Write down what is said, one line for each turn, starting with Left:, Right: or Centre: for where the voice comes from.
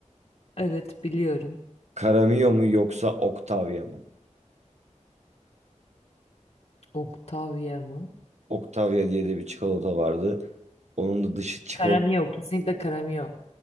Left: Evet biliyorum.
Right: Caramio mu yoksa Octavia mı?
Left: Octavia mı?
Right: Octavia diye de bir çikolata vardı. Onun da dışı çikolata.
Left: Karamio kesinlikle karamio.